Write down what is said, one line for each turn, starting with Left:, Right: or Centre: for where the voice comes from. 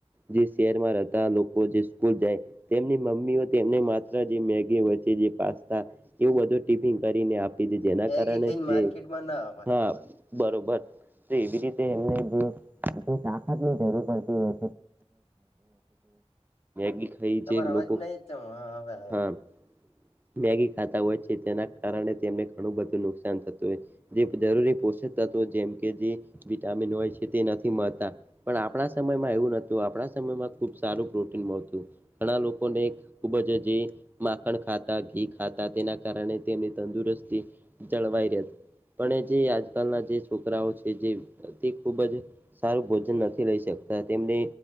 Right: જે શહેરમાં રહેતા લોકો જે સ્કૂલ જાય તેમની મમ્મીઓ તેમને માત્ર જે મે કે વચે જે પાસ્તા એવું બધું ટિફિન કરીને આપ જેના
Left: બેગી
Right: કારણે
Left: ખાઈને
Right: તે
Left: માર્કેટમાં ના અવાય
Right: હા બરોબર. તો એવી રીતે એમને જે જે તાકાતની જરૂર પડતી હોય છે ત <unintelligible> થઈ જે
Left: તમારો અવાજ
Right: લોકો
Left: નહી જ હવે આવ્યો
Right: હા <unintelligible> મેગી ખાતા હોય છે તેના કારણે તેમને ઘણું બધું નુકસાન થતું હોય છે. જે જરૂરી પોષક તત્વો જેમ કે જે વિટામિન હોય છે તે નથી મળતા. પણ આપણા સમયમાં એવું નથી તો આપણા સમયમાં ખુબ સારું પ્રોટીન મળતું ઘણા લોકોને ખુબ જ જે માખણ ખાતા ઘી ખાતા તેના કારણે તેમની તંદુરસ્તી જળવાઈ રહ પણ જે આજકાલના જે છોકરાઓ છે જે તે ખુબ જ સારું ભોજન નથી લઈ શકતા તેમને